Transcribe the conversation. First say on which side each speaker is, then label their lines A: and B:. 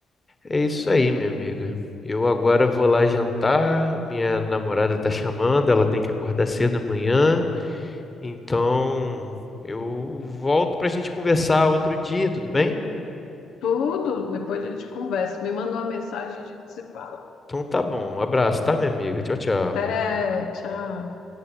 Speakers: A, on the left; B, on the left.
A: é isso aí, minha amiga. Eu agora vou lá jantar, minha namorada tá chamando, ela tem que acordar cedo amanhã, então eu volto pra gente conversar outro dia, tudo bem?
B: Tudo, depois a gente conversa. Me manda uma mensagem, e a gente se fala.
A: Então tá bom, Um abraço, tá, minha amiga? Tchau, tchau.
B: Até, tchau.